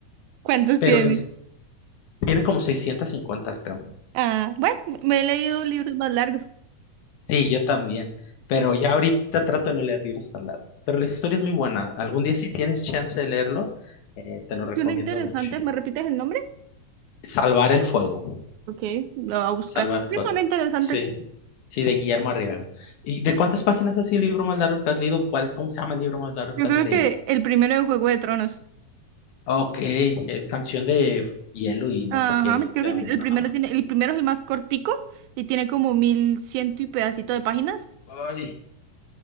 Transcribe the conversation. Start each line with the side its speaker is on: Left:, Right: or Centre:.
Right: ¿Cuántos
Left: Pero
Right: tiene?
Left: les, tiene como 650 creo.
Right: Ah, bueno, me he leído libros más largos.
Left: Sí, yo también. Pero ya ahorita trato de no leer libros tan largos. Pero la historia es muy buena. Algún día si tienes chance de leerlo, eh, te lo recomiendo
Right: Suena interesante,
Left: mucho.
Right: ¿me repites el nombre?
Left: Salvar el fuego.
Right: Ok, lo voy a buscar.
Left: Salvar el
Right: Sí,
Left: fuego.
Right: suena interesante.
Left: Sí. Sí, de Guillermo Arriaga. ¿Y de cuántas páginas así el libro más largo que has leído? ¿Cuál, cómo se llama el libro más largo
Right: Yo
Left: que
Right: creo
Left: has leído?
Right: que el primero de Juego de Tronos.
Left: Ok, es canción de hielo y no
Right: Ajá,
Left: sé qué
Right: creo
Left: se
Right: que
Left: llama,
Right: el
Left: ¿no?
Right: primero tiene, el primero es el más cortico y tiene como mil ciento y pedacito de páginas.
Left: Ay,